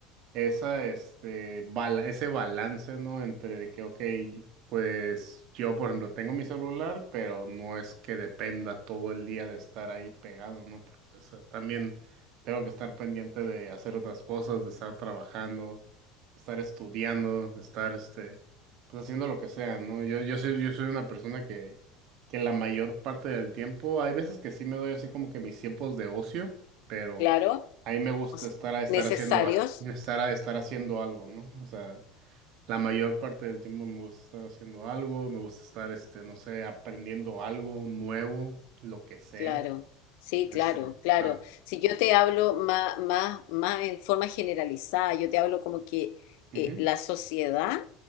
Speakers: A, on the right; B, on the left.
A: esa, este, bala- ese balance, ¿no? Entre de que, ok, pues yo, por ejemplo, tengo mi celular, pero no es que dependa todo el día de estar ahí pegado, ¿no? Porque, o sea, también tengo que estar pendiente de hacer otras cosas, de estar trabajando, de estar estudiando, de estar, este, pues haciendo lo que sea, ¿no? Yo, yo soy, yo soy una persona que, que la mayor parte del tiempo, hay veces que sí me doy así como que mis tiempos de ocio, pero...
B: claro,
A: A mí me gusta
B: o sea,
A: estar a estar
B: necesarios.
A: haciendo a- estar a estar haciendo algo, ¿no? O sea, la mayor parte del tiempo me gusta estar haciendo algo, me gusta estar, este, no sé, aprendiendo algo nuevo, lo que sea.
B: Claro, sí,
A: Este,
B: claro, claro.
A: nada.
B: Si yo te hablo más, más, más en forma generalizada, yo te hablo como que
A: Ujú.
B: eh, la sociedad